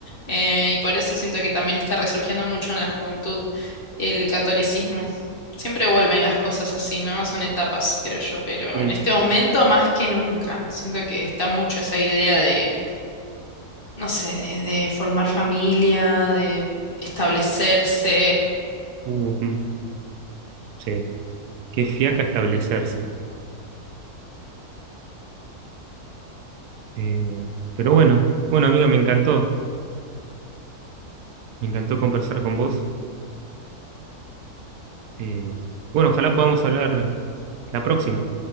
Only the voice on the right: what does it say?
sí,
ujú, sí, qué fiaca establecerse. Eh, pero bueno, bueno, amiga, me encantó, me encantó conversar con vos. Eh, bueno, ojalá podamos hablar la próxima.